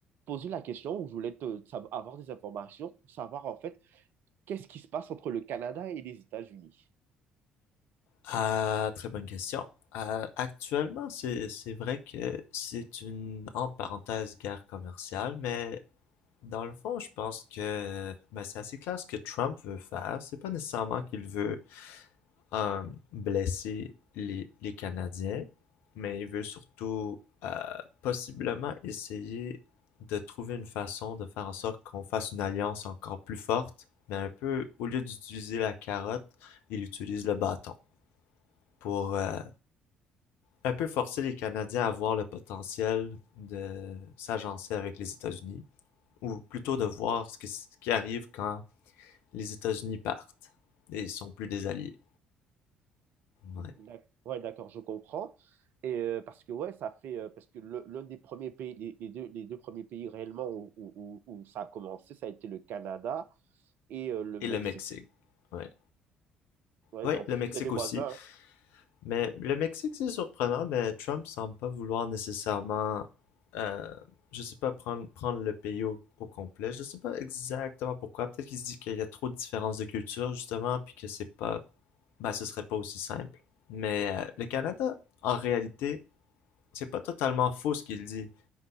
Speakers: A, on the right (about 55°); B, on the left (about 60°).
A: poser la question, ou je voulais te, savo- avoir des informations pour savoir en fait qu'est-ce qui se passe entre le Canada et les États-Unis.
B: Ah, très bonne question. Euh, actuellement, c'est c'est vrai que c'est une entre parenthèses guerre commerciale, mais dans le fond, je pense que ben, c'est assez clair ce que Trump veut faire. C'est pas nécessairement qu'il veut euh, blesser les les Canadiens, mais il veut surtout euh, possiblement essayer de trouver une façon de faire en sorte qu'on fasse une alliance encore plus forte, mais un peu au lieu d'utiliser la carotte, il utilise le bâton pour euh, un peu forcer les Canadiens à voir le potentiel de s'agencer avec les États-Unis, ou plutôt de voir ce, que- ce qui arrive quand les États-Unis partent et ils sont plus des alliés. Ouais.
A: D'ac- Ouais, d'accord, je comprends. Et euh, parce que ouais, ça fait euh, parce que le- l'un des premiers pays, les, les deux, les deux premiers pays réellement où, où- où- où ça a commencé, ça a été le Canada et euh, le
B: Et
A: Mexique.
B: le Mexique. Ouais.
A: Ouais,
B: Ouais,
A: en plus,
B: le Mexique
A: vous êtes des voisins.
B: aussi.
A: hein.
B: Mais le Mexique, c'est surprenant, mais Trump semble pas vouloir nécessairement, euh, je sais pas, prendre, prendre le pays au, au complet. Je sais pas exactement pourquoi. Peut-être qu'il se dit qu'il y a trop de différences de culture, justement, puis que c'est pas, bah, ben, ce serait pas aussi simple. Mais euh, le Canada, en réalité, c'est pas totalement faux ce qu'il dit